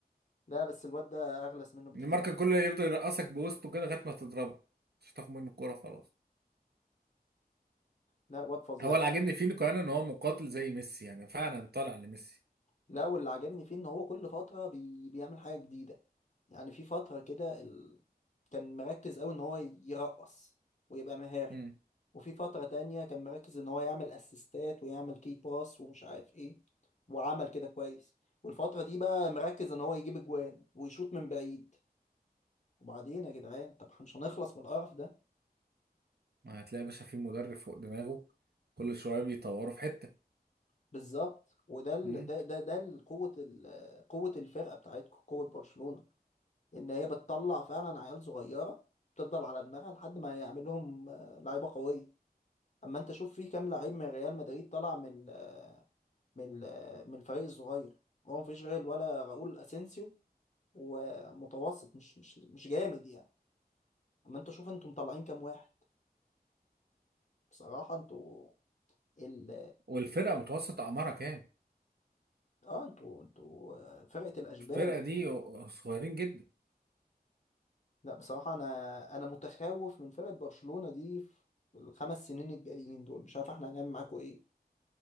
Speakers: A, on the left; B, on the right.
A: لا بس الواد ده اغلس منه بكتير
B: نيمار كان كله يفضل يرقصك بوسطه كده لغايه ما تضربه مش تاخد منه الكوره خلاص
A: لا واد فظيع
B: هو
A: بصراحة
B: اللي عاجبني فيه كمان ان هو مقاتل زي ميسي يعني فعلا طالع لميسي
A: لا واللي عجبني فيه ان هو كل فترة بي... بيعمل حاجة جديدة يعني في فترة كده ال... كان مركز أوي إن هو يرقص ويبقى مهاري
B: مم.
A: وفي فترة تانية كان مركز إن هو يعمل أسيستات ويعمل كي باس ومش عارف إيه وعمل كده كويس والفترة دي بقى مركز إن هو يجيب أجوان ويشوط من بعيد وبعدين يا جدعان طب إحنا مش هنخلص من القرف ده
B: ما هتلاقي يا باشا في مدرب فوق دماغه كل شويه بيطوروا في حته
A: بالظبط وده ال...
B: مم.
A: ده ده ده ال- قوة ال... قوة الفرقة بتاعتكم قوة برشلونة إن هي بتطلع فعلا عيال صغيرة تفضل على دماغها لحد ما يعمل لهم آه، لعيبة قوية اما انت شوف في كام لعيب من ريال مدريد طلع من ال- من ال- من الفريق الصغير هو مفيش غير ولا راؤول اسينسيو ومتوسط مش مش مش جامد يعني اما انت شوف انتوا مطلعين كام واحد بصراحة انتوا ال
B: والفرقه متوسط اعمارها كام
A: اه انتوا انتوا فرقة الاشبال
B: الفرقه
A: انتوا
B: دي صغيرين جدا
A: لا بصراحة انا انا متخوف من فرقة برشلونة دي في الخمس سنين الجايين دول مش عارف احنا هنعمل معاكوا ايه